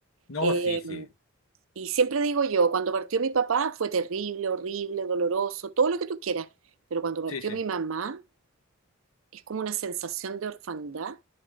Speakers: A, on the left; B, on the right.
A: no,
B: eh,
A: sí, sí,
B: y siempre digo yo, cuando partió mi papá fue terrible, horrible, doloroso, todo lo que tú quieras, pero cuando partió
A: sí, sí,
B: mi mamá es como una sensación de orfandad.